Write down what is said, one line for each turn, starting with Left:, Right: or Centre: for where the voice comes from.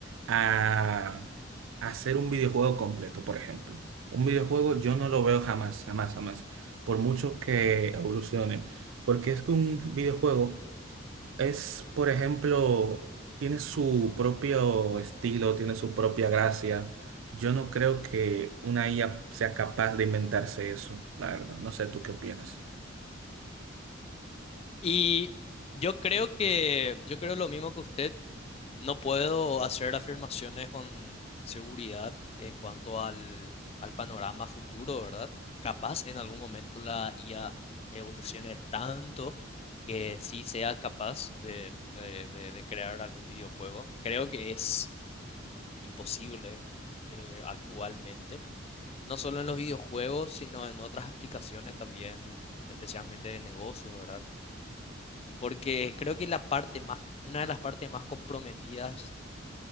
Right: a, a hacer un videojuego completo, por ejemplo. Un videojuego yo no lo veo jamás, jamás, jamás, por mucho que evolucione. Porque es que un videojuego es, por ejemplo, tiene su propio estilo, tiene su propia gracia. Yo no creo que una IA sea capaz de inventarse eso, la verdad. No sé, ¿tú qué opinas?
Left: Y yo creo que, yo creo lo mismo que usted. No puedo hacer afirmaciones con seguridad en cuanto al, al panorama futuro, ¿verdad? Capaz en algún momento la IA evolucione tanto que sí sea capaz de, de- de- de crear algún videojuego. Creo que es imposible eh, actualmente, no solo en los videojuegos, sino en otras aplicaciones también, especialmente de negocios, ¿verdad? Porque creo que la parte más, una de las partes más comprometidas